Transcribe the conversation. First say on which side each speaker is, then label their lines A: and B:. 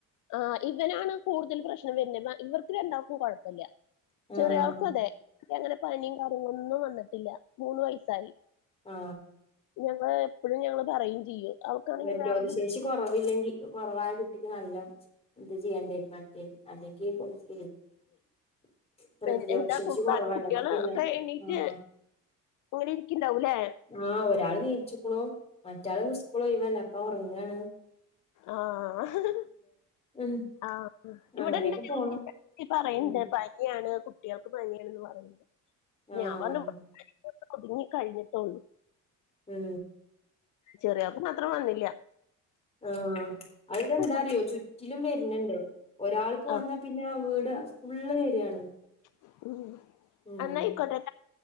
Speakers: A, on the left; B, on the left.
A: ആ ഇവനാണ് കൂടുതൽ പ്രശ്നം വരുന്നെ ഇവർക്ക് രണ്ടാൾക്കും കുഴപ്പല്ല ചെറിയ
B: ആഹ്
A: ആൾക്കും അതെ അങ്ങനെ പനിയും കാര്യങ്ങൾ ഒന്നും വന്നിട്ടില്ല മൂന്ന് വയസായി
B: ആ
A: ഞങ്ങള് എപ്പെഴും ഞങ്ങള് പറയും ചെയ്യും അവൾക്കാണെങ്കിൽ
B: പ്രതിരോധശേഷി
A: വേറെ
B: കുറവില്ലെങ്കിൽ കുറവായ കുട്ടിക്ക് നല്ല ഇത് ചെയ്യേണ്ടി വരും മറ്റേ അല്ലെങ്കിൽ <unintelligible> പ്രതിരോധ
A: ഇപ്പൊന്റെ
B: ശേഷി
A: കുടുംബ
B: കുറവല്ലേ
A: കുട്ടികള്
B: അപ്പൊ പിന്നെ
A: ഒക്കെ എണീറ്റ്
B: ആഹ്
A: ഇങ്ങനെ ഇരിക്കിണ്ടാവുല്ലേ
B: ആ ഒരാള് നീച്ചിക്കുണു മറ്റാള് ഇന്ന് സ്കൂള് ഒഴിവല്ലെ അപ്പൊ ഒറങ്ങാണ്
A: ആ ഇഹ്
B: ഉം
A: ആ ഇവിടെണ്ട്ഞാൻ
B: അങ്ങനെയൊക്കെ
A: <unintelligible>
B: പോണു
A: പറയണ്ട്
B: ഉം
A: പനിയാണ് കുട്ടികൾക്ക് പനിയാണന്നു പറഞ്ഞു
B: ആഹ്
A: ഞാൻ പറഞ്ഞു ഇഞ്ഞി കഴിഞ്ഞിട്ടൊള്ളൂ
B: മ്
A: ചെറിയാൾക്ക് മാത്രം വന്നില്ല്യ
B: ആ അതെന്താ
A: കുട്ടി
B: അറിയോ ചുറ്റിലും വര്ന്ണ്ട് ഒരാൾക്ക്
A: ആഹ്
B: വന്നാൽ പിന്നെ വീട് ഫുള്ള് വരാണ്
A: <inaudible>
B: ഉം
A: എന്നായിക്കോട്ടെ